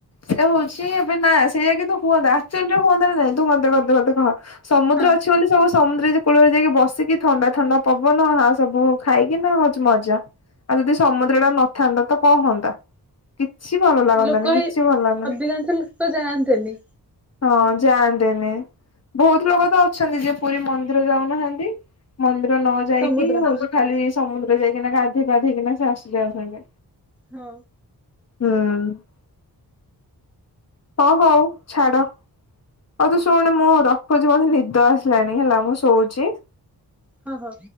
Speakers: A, on the left (about 40°); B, in the centre.
A: ସେ ହଉଛି ଏବେ ନା ସେଇ ଯାଇକି ତୁ ହୁଅନ୍ତା ଆକ୍ଚୁଆଲିରେ ହୁଅନ୍ତା ନା ନାହିଁ ତୁ ମୋତେ ଗୋଟେ କଥା କହ। ସମୁଦ୍ର
B: ହଁ।
A: ଅଛି ବୋଲି ସମ ସମୁଦ୍ର ଯେ କୂଳରେ ଯାଇକି ବସିକି ଥଣ୍ଡା ଥଣ୍ଡା ପବନ ହା ସବୁ ଖାଇକି ନା ହଉଛି ମଜା ଆଉ ଯଦି ସମୁଦ୍ରଟା
B: ହଁ
A: ନଥାନ୍ତା ତ କଣ ହୁଅନ୍ତା? କିଛି ଭଲ ଲାଗନ୍ତାନି
B: ଲୋକ
A: କିଛି
B: ହିଁ
A: ଭଲ ଲାଗନ୍ତାନି।
B: ଅଧିକାଂଶ ଲୋକ ଯାଆନ୍ତେନି
A: ହଁ ଯାଆନ୍ତେନି। ବହୁତ ଲୋକ ତ ଅଛନ୍ତି ଯିଏ ପୁରୀ ମନ୍ଦିର ଯାଉନାହାନ୍ତି ମନ୍ଦିର ନ ଯାଇକି
B: ସମୁଦ୍ର।
A: ହଉଚି ଖାଲି ସମୁଦ୍ର ଯାଇକିନା ଗାଧେଇ ପାଧେଇକିନା ସେ <unintelligible>
B: ହଁ।
A: ହୁଁ। ହଁ ହଉ ଛାଡ଼। ହଉ ତୁ ଶୁଣୁ ମୁଁ ରଖୁଚି ମୋତେ ନିଦ ଆସିଲାଣି ହେଲା ମୁଁ ଶୋଉଚି।
B: ହଁ-ହଁ।